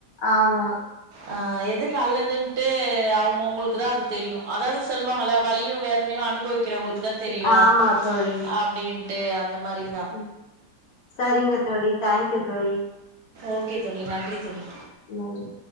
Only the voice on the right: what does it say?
ஆ எது நல்லதுன்டு அவங்கவங்களுக்கு தா அது தெரியு அதாது சொல்லுவாங்கள வலியு வேதனையு அனுபவிக்கிறவங்களுக்கு தா தெரியு
அப்டின் ட்டு அந்த மாரி
ஓகே தோழி நன்றி தோழி